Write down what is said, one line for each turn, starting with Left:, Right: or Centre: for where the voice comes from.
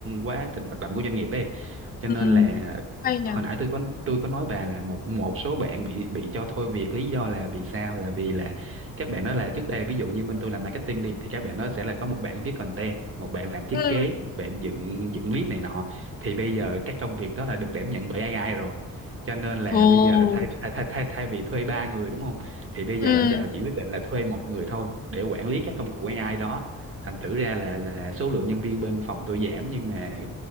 Right: quá trình hoạt động của doanh nghiệp ấy cho
Left: ừ,
Right: nên là
Left: hay nhỉ
Right: hồi nãy tôi có tôi có nói bà là một một số bạn bị bị cho thôi việc lý do là vì sao là vì là các bạn đó là trước đây ví dụ như bên tôi làm marketing đi thì các bạn đó sẽ là có một bạn viết content một bạn làm thiết
Left: ừ.
Right: kế một bạn dựng dựng clip này nọ thì bây giờ các công việc đó là được đảm nhận bởi AI rồi cho nên là
Left: Ồ,
Right: bây giờ thay thay thay thay, thay vì thuê ba người đúng không thì bây
Left: ừ,
Right: giờ lãnh đạo chỉ quyết định là thuê một người thôi để quản lý các công cụ AI đó thành thử ra là là số lượng nhân viên bên phòng tôi giảm nhưng mà